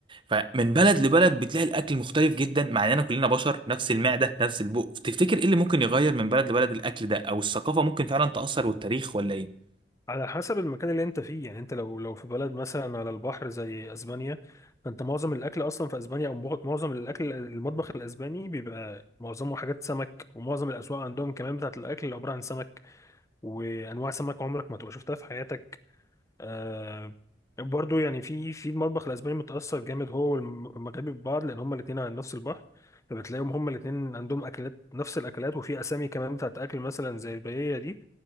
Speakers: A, on the right; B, on the left.
A: فمن بلد لبلد بتلاقي الأكل مختلف جدا مع إننا كلنا بشر نفس المعدة نفس البق تفتكر إيه اللي ممكن يغير من بلد لبلد الأكل ده أو الثقافة ممكن فعلا تأثر والتاريخ ولا إيه؟
B: على حسب المكان اللي أنت فيه يعني أنت لو لو في بلد مثلا على البحر زي أسبانيا فأنت معظم الأكل أصلا في أسبانيا أو مغ- معظم الأكل المطبخ الأسباني بيبقى معظمه حاجات سمك ومعظم الأسواق عندهم كمان بتاعة الأكل عبارة عن سمك وأنواع سمك عمرك ما تبقى شفتها في حياتك آه برضو يعني في في المطبخ الاسباني متاثر جامد هو والمغربي ببعض لان هما الاثنين على نفس البحر فبتلاقيهم هما الاثنين عندهم اكلات نفس الاكلات وفي اسامي كمان بتاعت اكل مثلا زي الباقيه دي